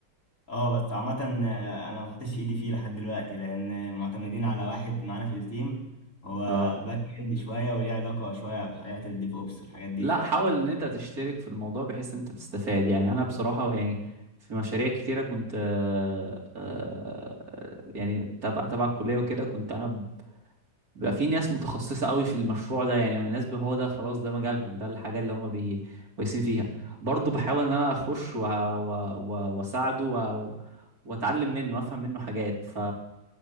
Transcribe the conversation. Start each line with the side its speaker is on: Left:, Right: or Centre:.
Left: اه بس عامة آه، أنا ما حطيتش إيدي فيه لحد دلوقتي لأن معتمدين على واحد معانا في التيم هو
Right: اه
Left: باك إند شوية وليه علاقة شوية بحاجات الديف أوبس والحاجات دي
Right: لا حاول ان انت تشترك في الموضوع بحيث ان انت بتستفاد يعني انا بصراحة يعني في مشاريع كتيرة كنت آه، آه، يعني تبع تبع الكلية وكده كنت انا بيبقى في ناس متخصصة قوي في المشروع ده يعني ناس بي- هو ده خلاص ده مجالهم ده الحاجة اللي هما بي كويسين فيها برضو بحاول ان انا اخش و- و- و- واساعده و- واتعلم منه وافهم منه حاجات ف